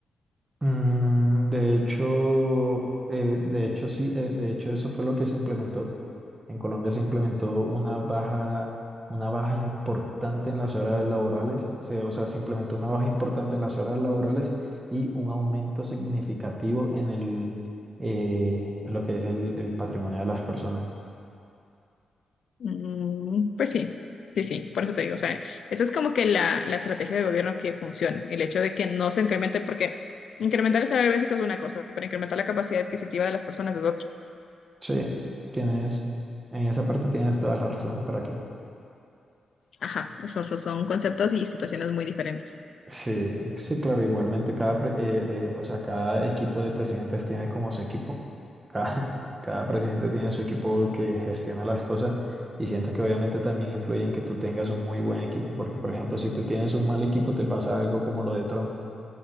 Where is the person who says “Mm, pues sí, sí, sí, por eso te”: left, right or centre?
Left